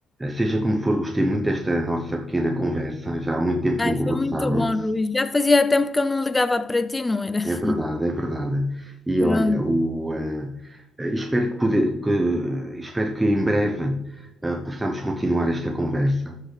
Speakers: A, on the right; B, on the left.
A: seja como for, gostei muito desta nossa pequena conversa. Já há muito tempo
B: Ai,
A: que não conversávamos.
B: foi muito bom, Luís. Já fazia tempo que eu não ligava para ti, não era? <laughs>
A: É verdade, é verdade. E
B: Pronto.
A: olha, o, eh, eh, espero que, poder- que- espero que em breve, eh, possamos continuar esta conversa.